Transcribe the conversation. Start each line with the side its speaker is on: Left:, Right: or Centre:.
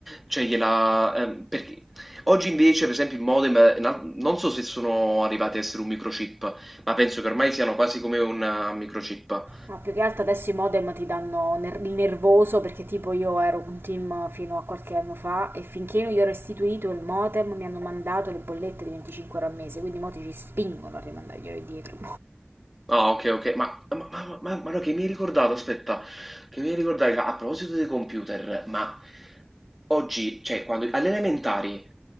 Centre: cioè gliela... ehm, perché... Oggi invece, per esempio, il modem, eh, na- non so se sono arrivati a essere un microchip, ma penso che ormai siano quasi come un eh, microchip.
Right: No, più che altro adesso i modem ti danno ner- il nervoso perché tipo io ero un team fino a qualche anno fa e finché non gli ho restituito il modem mi hanno mandato le bollette di 25 euro al mese, quindi i moti ci spingono a rimandarglielo indietro.
Centre: Ah, ok, ok, ma, ma, ma, ma- ma no, che mi hai ricordato, aspetta, che mi hai ricordato, a proposito dei computer, ma Oggi, cioè quando alle elementari,